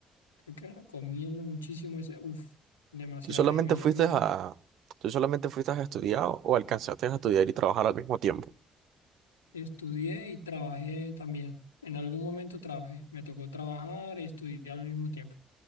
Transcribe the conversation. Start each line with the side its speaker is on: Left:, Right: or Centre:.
Left: creo que recomiendo muchísimo ese, uff, demasiado.
Right: ¿Tú solamente
Left: Y me,
Right: fuiste
Left: me
Right: a, tú solamente fuiste a estudiar o alcanzaste a estudiar y trabajar al mismo tiempo?
Left: estudié y trabajé también. En algún momento trabajé. Me tocó trabajar y estudiar al mismo tiempo.